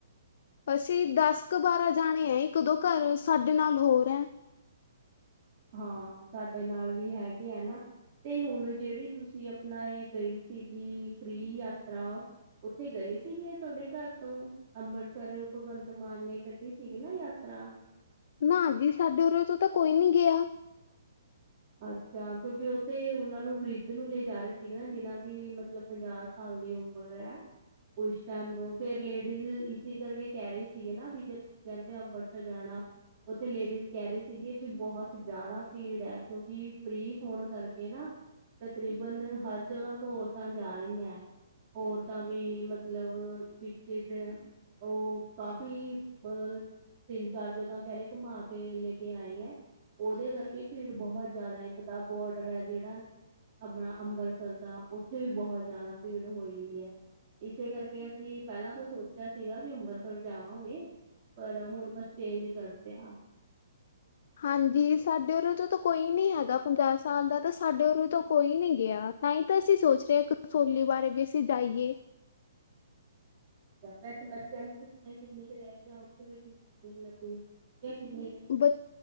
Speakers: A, on the left; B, on the right.
A: ਅਸੀਂ, ਦਸ ਕ ਬਾਰਾਂ ਜਾਣੇ ਆਂ, ਇੱਕ ਦੋ ਘਰ ਸਾਡੇ ਨਾਲ ਹੋਰ ਐ।
B: ਹਾਂ, ਸਾਡੇ ਨਾਲ਼ ਵੀ ਹੈਗੇ ਆ ਨਾ, ਤੇ ਹੁਨ ਜੇੜੀ ਤੁਸੀ ਨਈ ਗਈ ਸੀਗੀ ਫ੍ਰੀ ਯਾਤਰਾ, ਓਥੇ ਗਏ ਸੀਗੇ ਥੋਡੇ ਘਰ <unintelligible> ਅੰਬਰਸਰ, ਭਗਵੰਤ ਮਾਨ ਨੇ ਕੱਢੀ ਸੀਗੀ ਨਾ ਯਾਤਰਾ
A: ਨਾ ਜੀ, ਸਾਡੇ ਉਰੋ ਤੋਂ ਤਾਂ ਕੋਈ ਨੀ ਗੇਆ।
B: ਅੱਛਾ, ਕੇਓਕਿ ਓਥੇ ਉਨਾਂ ਨੂੰ ਵ੍ਰੀਦ ਨੂੰ ਲੈ ਜਾ ਰੇ ਸੀਗੇ ਨਾ, ਜਿਨਾਂ ਦੀ, ਮਤਲਬ ਪੰਜਾ ਸਾਲ ਦੀ ਉਮਰ ਐ, ਓਸ ਟੈਮ ਫੇਰ ਲੇੜੀਜ਼ ਕੀ ਕਰਕੇ ਕੈ ਰੈ ਸੀਗੇ ਨਾ, ਬੀ ਜੇ ਤੂਸੀ‌ ਕੈਂਦੇ ਅੰਬਰਸਰ ਜਾਣਾ। ਓਥੇ ਲੇੜੀਜ਼ ਕੈ ਰੈ ਸੀਗੇ, ਵੀ ਬੋਹਤ ਜਾ਼ਦਾ ਭੀੜ ਐ। ਕੇਓਂਕਿ, ਫ੍ਰੀ ਫੋਣ ਕਰਕੇ ਨਾ ਤਕਰੀਬਨ, ਹਰ ਜਗਾ ਤੋਂ ਓਰਤਾਂ ਜਾ ਰੀਐਂ। ਓਰਤਾਂ ਵੀ, ਮਤਲਬ ਬਿਚੱ ਜੇ ਓਰ ਕਾਫੀ ਅ ਤਿੰਨ ਚਾਰ ਜਗਾ ਕੈਰੇ ਘਮਾ ਕੇ ਲੇਕੇ ਆਏ ਆ, ਓਦੋ ਕਰਕੇ ਭੀ ਬੋਹਤ ਜਾਦਾ ਏਕ ਤਾ ਬੋਡਰ ਆ ਜੇੜਾ ਆਪਣਾ ਅੰਬਰਸਰ ਦਾ, ਓਥੇ ਵੀ ਬੋਹ ਜਾਦਾ ਭੀੜ ਹੋਈ ਵੀ ਐ। ਇਸੇ ਕਰਕੇ ਅਸੀਂ, ਪੈਲਾਂ ਤੋ ਸੋ ਚੇਆ ਸੀਗਾ ਵੀ ਅੰਬਰਸਰ ਜਾਵਾਂਗੇ, ਪਰ ਹੁਣ ਬਸ ਚੇਂਜ ਕਰਤੇ ਆ।
A: ਹਾਂਜੀ, ਸਾਡੇ ਊਰੋ ਤੋ ਤਾਂ ਕੋਈ ਨੀ ਹੈਗਾ ਪੰਜਾ ਸਾਲ ਦਾ ਤਾਂ, ਸਾਡੇ ਊਰੋ ਤੋਂ ਕੋਈ ਨੀ ਗੇਆ। ਤਾਈ ਤਾਂ ਅਸੀਂ ਸੋਚ ਰੇ ਕ ਕਸੋਲੀ ਬਾਰੇ, ਵੀ ਅਸੀ ਜਾਈਏ।
B: <unintelligible>
A: ਬ,